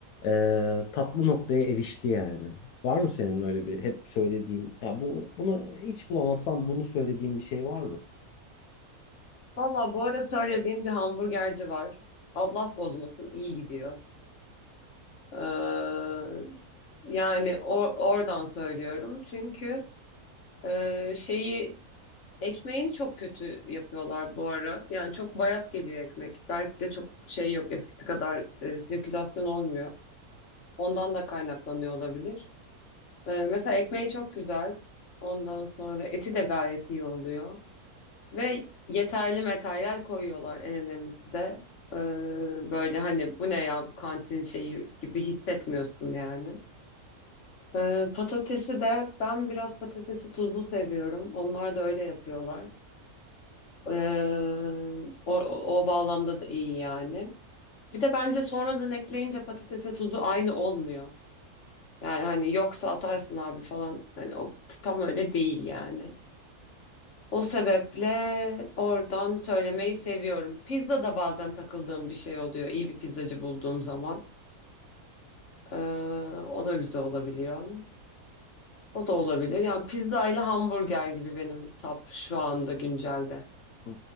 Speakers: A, on the left (about 85°); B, on the left (about 55°).
A: e, tatlı noktaya erişti yani. Var mı senin öyle bir hep söylediğin ya bu bunu hiç bulamazsam bunu söylediğin bir şey var mı?
B: Valla bu ara söylediğim bir hamburgerci var. Allah bozmasın iyi gidiyor. Ee, yani or- oradan söylüyorum. Çünkü e, şeyi ekmeğini çok kötü yapıyorlar bu ara. Yani çok bayat geliyor ekmek. Belki de çok şey yok eskisi kadar e, sirkülasyon olmuyor. Ondan da kaynaklanıyor olabilir. Ee, mesela ekmeği çok güzel. Ondan sonra eti de gayet iyi oluyor. Ve yeterli materyal koyuyorlar en önemlisi de. Ee, böyle hani bu ne ya bu kantin şeyi gibi hissetmiyorsun yani. Ee, patatesi de ben biraz patatesi tuzlu seviyorum. Onlar da öyle yapıyorlar. Ee, o, o bağlamda da iyi yani. Bir de bence sonradan ekleyince patatese tuzu aynı olmuyor. Yani hani yoksa atarsın abi falan. Hani o tam öyle değil yani. O sebeple oradan söylemeyi seviyorum. Pizza da bazen takıldığım bir şey oluyor. İyi bir pizzacı bulduğum zaman. Ee, o da güzel olabiliyor. O da olabilir. Yani pizza ile hamburger gibi benim top şu anda güncelde.
A: Hı.